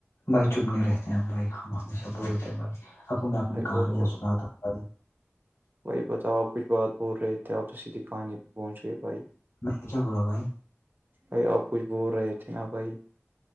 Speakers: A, on the left; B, on the right.
A: بھائی چپنے رہتے ہیں ہم بھائی ہم ہمیشہ بولتے ہیں بھائی اب کو میں اپنی
B: بھائی بولو
A: کہانیاں
B: بولو
A: سناتا ہ بھائی-
B: بھائی بتاؤ کچھ بات بول رہے تھے آپ تو سید دے کہانے پہ پہنچ گئے بھائی-
A: میںچ کیا بولا بھائی-
B: بھائی آپ کچھ بول رہے تھے نا بھائی-